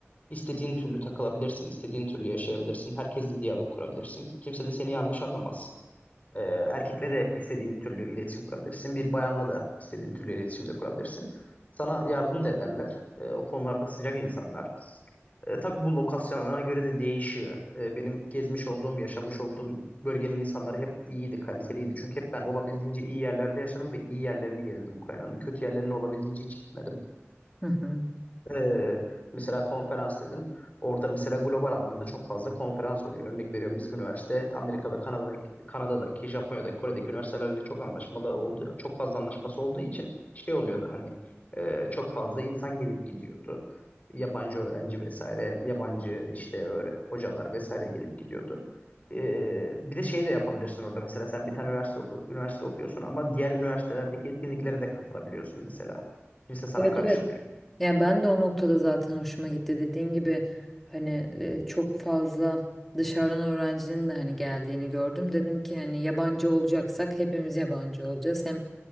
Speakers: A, on the left (about 35°); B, in the centre.
A: istediğin türlü takılabilirsin, istediğin türlü yaşayabilirsin. Herkesle diyalog kurabilirsin. Kimse de seni yanlış anlamaz. E, erkekle de istediğin türlü iletişim kurabilirsin. Bir bayanla da istediğin türlü iletişim de kurabilirsin. Sana yardım da ederler. E, o konularda sıcak insanlar. E, tabii bu lokasyonlara göre de değişiyor. E, benim gezmiş olduğum, yaşamış olduğum bölgenin insanları hep iyiydi, kaliteliydi. Çünkü hep ben olabildiğince iyi yerlerde yaşadım ve iyi yerlerini gezdim Ukrayna'nın. Kötü yerlerine olabildiğince hiç gitmedim.
B: Hı hı.
A: Ee, mesela konferans dedin. Orada mesela global anlamda çok fazla konferans oluyor. Örnek veriyorum bizim üniversite Amerika ve Kanada'daki, Kanada'daki, Japonya'daki, Kore'deki üniversitelerle çok anlaşmalı olduğu, çok fazla anlaşması olduğu için şey oluyordu hani e, çok fazla insan gelip gidiyordu. Yabancı öğrenci vesaire, yabancı işte öğre- hocalar vesaire gelip gidiyordu. Ee, bir de şeyi de yapabilirsin orada mesela sen bir tane üniversite, oku- üniversite okuyorsun ama diğer üniversitelerdeki etkinliklere de katılabiliyorsun mesela. Kimse sana
B: Evet
A: karışmıyor.
B: evet Yani ben de o noktada zaten hoşuma gitti. Dediğin gibi hani e, çok fazla dışarıdan öğrencinin de hani geldiğini gördüm. Dedim ki hani yabancı olacaksak hepimiz yabancı olacağız. Hem